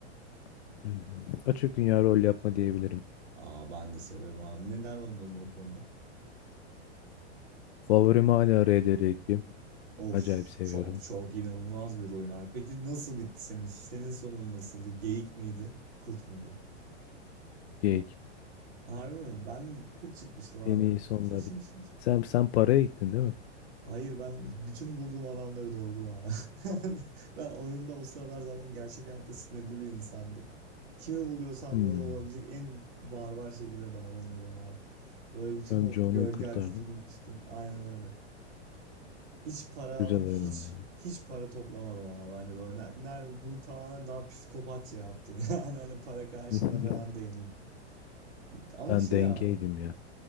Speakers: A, on the left (about 65°); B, on the right (about 65°).
A: <clears throat> Hı hı. açık dünya rol yapma diyebilirim.
B: Aa ben de severim abi. Neler oynadın o konuda?
A: Favorim hala RDR2.
B: Of
A: Acayip seviyorum.
B: çok çok inanılmaz bir oyun abi. Peki nasıl bitti senin? Senin sonun nasıldı? Geyik miydi? Kurt muydu?
A: Geek.
B: Harbi mi? Ben kurt çıkmıştım abi.
A: En iyi onunla
B: <laughs>
A: bit. Sen sen paraya gittin değil mi?
B: Hayır ben bütün bulduğum adamları dövdüm abi. <laughs> Ben oyunda o sıralar zaten gerçek hayatta sinirli bir insandım. Kimi buluyorsam
A: Hmm.
B: böyle olabilecek en barbar şekilde davranıyordum abi. Böyle bütün
A: Ben
B: o
A: John'u
B: gölge
A: kurtardım.
B: hareketimi kustum. Aynen öyle. Hiç para
A: Güzel
B: ama hiç
A: oyun ama ya.
B: hiç para toplamadım abi hani böyle ner- nerede bunu tamamen daha psikopatça yaptım <laughs> yani hani para karşında
A: <laughs>
B: falan değil ama
A: Ben
B: şey
A: dengeydim
B: abi
A: ya.